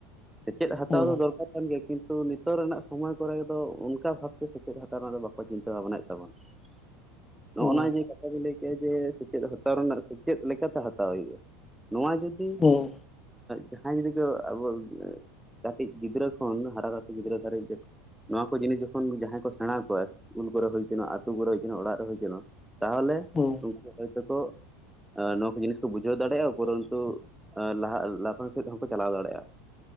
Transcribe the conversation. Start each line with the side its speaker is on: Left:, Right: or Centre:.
Centre: ᱥᱮ ᱪᱮᱫ ᱦᱟᱛᱟᱣ
Left: ᱦᱩᱸ
Centre: ᱫᱚ ᱫᱚᱨᱠᱟᱨ ᱠᱟᱛᱷᱟ ᱠᱟᱱ ᱜᱮᱭᱟ ᱠᱤᱱᱛᱩ ᱱᱤᱛᱚᱜ ᱨᱮᱱᱟᱜ ᱥᱚᱢᱚᱭ ᱠᱚᱨᱮ ᱫᱚ ᱚᱱᱠᱟ ᱵᱷᱟᱵᱛᱮ ᱥᱮᱪᱮᱫ ᱦᱟᱛᱟᱣ ᱨᱮᱱᱟᱜ ᱫᱚ ᱵᱟᱠᱚ ᱪᱤᱱᱛᱟᱹ ᱵᱷᱟᱱᱟᱭ ᱛᱟᱵᱚᱱᱟ <inaudible> ᱱᱚᱜᱼ
Left: ᱦᱩᱸ
Centre: ᱱᱚᱣᱟ ᱡᱮ ᱠᱟᱛᱷᱟ ᱞᱤᱧ ᱞᱟᱹᱭ ᱠᱮᱫᱮᱜᱼᱟ ᱡᱮ ᱥᱮᱪᱮᱫ ᱦᱟᱛᱟᱣ ᱨᱮᱱᱟᱜ ᱥᱮᱪᱮᱫ ᱞᱮᱠᱟᱛᱮ ᱦᱟᱛᱟᱣ ᱦᱩᱭᱩᱜᱼᱟ ᱱᱚᱣᱟ ᱡᱩᱫᱤ
Left: ᱦᱩᱸ
Centre: ᱡᱟᱦᱟᱸᱭ ᱡᱩᱫᱤ ᱠᱚ ᱟᱵᱚ ᱠᱟᱹᱴᱤᱡ ᱜᱤᱫᱽᱨᱟᱹ ᱠᱚ ᱠᱷᱟᱱ ᱦᱟᱨ <unintelligible> ᱜᱤᱫᱽᱨᱟᱹ ᱫᱷᱷᱟᱨᱟᱭ ᱜᱮ ᱱᱚᱣᱟ ᱠᱚ ᱡᱤᱱᱤᱥ ᱡᱚᱠᱷᱚᱱ ᱡᱟᱦᱟᱸᱭ ᱠᱚ ᱥᱮᱬᱟ ᱠᱚᱣᱟ ᱤᱥᱠᱩᱞ ᱠᱚᱨᱮ ᱦᱩᱭᱪᱚ ᱟᱛ ᱠᱚᱨᱮ ᱦᱩᱭᱪᱮᱱᱚ ᱚᱲᱟᱜ ᱨᱮ ᱦᱩᱭᱪᱮᱱᱚ ᱛᱟᱦᱚᱞᱮ
Left: ᱦᱩᱸ
Centre: ᱦᱚᱭ ᱛ ᱠᱩ ᱱᱚᱣᱟ ᱠᱚ ᱡᱤᱱᱤᱥ ᱠᱚ ᱵᱩᱡᱷᱟᱹᱣ ᱫᱟᱲᱮᱭᱟᱜᱼᱟ ᱩᱯᱚᱨᱚᱱᱛᱛ ᱞᱟᱦᱟ ᱞᱟᱯᱷᱟᱝ ᱥᱮᱫ ᱦᱚᱸᱠᱚ ᱪᱟᱞᱟᱣ ᱫᱟᱲᱮᱭᱟᱜᱼᱟ